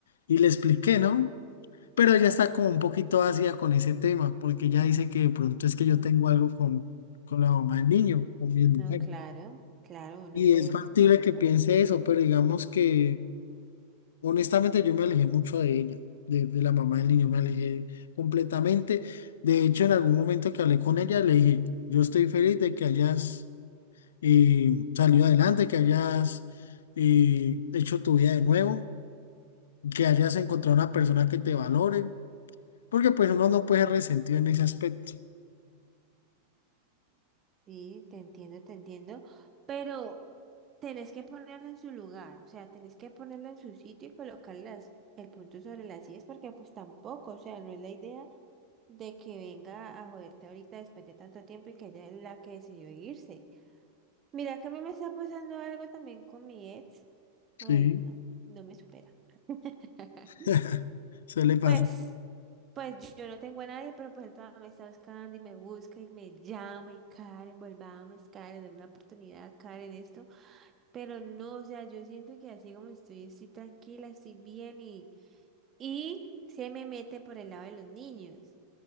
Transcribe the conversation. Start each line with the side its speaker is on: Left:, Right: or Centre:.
Left: y le expliqué, ¿no? Pero ella está como un poquito ácida con ese tema, porque ella dice que de pronto es
Right: No,
Left: que yo tengo algo con, con la mamá del niño, con mi
Right: no,
Left: mujer.
Right: claro, claro, uno
Left: Y
Right: puede
Left: es factible
Right: pensar eso.
Left: que piense eso, pero digamos que Honestamente, yo me alejé mucho de ella, de, de la mamá del niño, me alejé completamente. De hecho, en algún momento que hablé con ella, le dije, yo estoy feliz de que hayas eh, salido adelante, que hayas eh, hecho tu vida de nuevo, que hayas encontrado una persona que te valore, porque pues uno no puede ser resentido en ese aspecto.
Right: Sí, te entiendo, te entiendo, pero tenés que ponerlo en su lugar, o sea, tenés que ponerlo en su sitio y colocarlas el punto sobre las sillas, porque pues tampoco, o sea, no es la idea de que venga a joderte ahorita después de tanto tiempo y que ella es la que decidió irse. Mira, que a mí me está pasando algo también con mi ex.
Left: Sí,
Right: Uy, no, no me supera. <laughs>
Left: <laughs> suele pasar.
Right: Pues, pues yo no tengo a nadie, pero pues él todavía me está buscando y me busca y me llama y Karen, volvamos, Karen, dame una oportunidad, Karen, esto. Pero no, o sea, yo siento que así como estoy, estoy tranquila, estoy bien y, y se me mete por el lado de los niños.